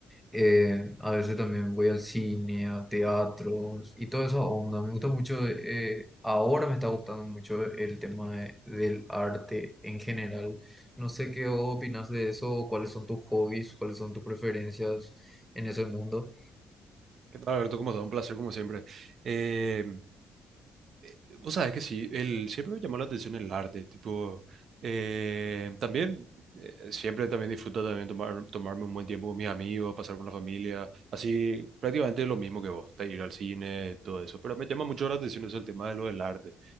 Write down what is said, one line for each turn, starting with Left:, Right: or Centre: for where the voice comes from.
Centre: eh, a veces también voy al cine, a teatros y toda esa onda. Me gusta mucho, eh, ahora me está gustando mucho el tema de- del arte en general. No sé qué opinas de eso, cuáles son tus hobbies, cuáles son tus preferencias en ese mundo.
Right: ¿Qué tal, Alberto? ¿Cómo estás? Un placer, como siempre. Eh, eh, vos sabés que sí, el, siempre me llamó la atención el arte, tipo, eh, también, eh, siempre también disfruto también tomar, tomarme un buen tiempo con mis amigos, pasar con la familia, así, prácticamente lo mismo que vos, de ir al cine, todo eso, pero me llama mucho la atención eso, el tema de lo del arte.